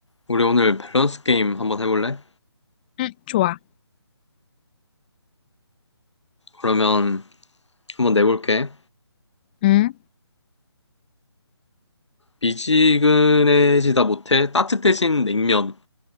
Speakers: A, on the left (about 85°); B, on the left (about 20°).
A: 우리 오늘 밸런스 게임 한번 해볼래?
B: 응, 좋아.
A: 그러면 한번 내볼게.
B: 응,
A: 미지근해지다 못해 따뜻해진 냉면